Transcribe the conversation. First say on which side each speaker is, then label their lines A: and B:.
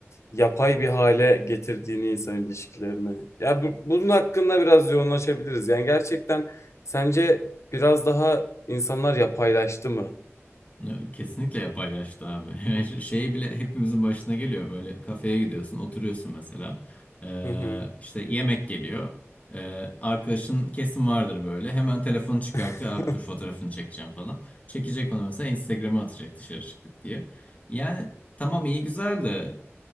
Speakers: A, on the left; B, on the left.
A: yapay bir hale getirdiğini insan ilişkilerini. Ya bu- bunun hakkında biraz yoğunlaşabiliriz. Yani gerçekten sence biraz daha insanlar yapaylaştı mı?
B: Ya, kesinlikle yapaylaştı abi. <laughs> Yani ş- şey bile hepimizin başına geliyor böyle kafeye gidiyorsun oturuyorsun mesela Ee,
A: Hı hı.
B: işte yemek geliyor Ee, arkadaşın kesin vardır böyle hemen telefonu çıkartıyor
A: <laughs>
B: abi dur fotoğrafını çekeceğim falan çekecek onu mesela Instagram'a atacak dışarı çıktık diye yani tamam iyi güzel de